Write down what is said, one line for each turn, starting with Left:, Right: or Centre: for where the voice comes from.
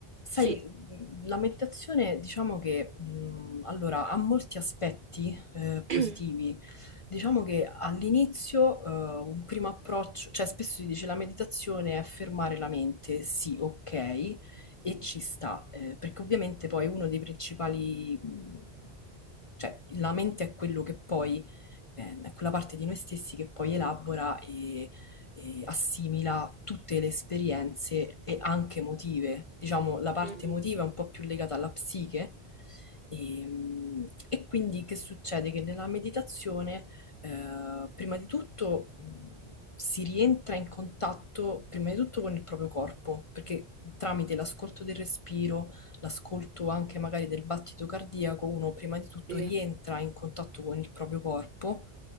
Left: Sai,
Right: sì.
Left: mh, la meditazione diciamo che mh, allora, ha molti aspetti eh, positivi.
Right: <clears throat>
Left: Diciamo che all'inizio eh, un primo approccio, cioè spesso si dice la meditazione è fermare la mente, sì, ok, e ci sta, eh, perché ovviamente poi uno dei principali, mh, cioè la mente è quello che poi, eh, è quella parte di noi stessi che poi elabora eh, assimila tutte le esperienze e anche emotive. Diciamo, la parte
Right: Mhm,
Left: emotiva è un po' più legata alla psiche. E, mm, e quindi che succede? Che nella meditazione, eh, prima di tutto, mm, si rientra in contatto, prima di tutto, con il proprio corpo, perché tramite l'ascolto del respiro, l'ascolto anche magari del battito cardiaco, uno prima di tutto
Right: Sì.
Left: rientra in contatto con il proprio corpo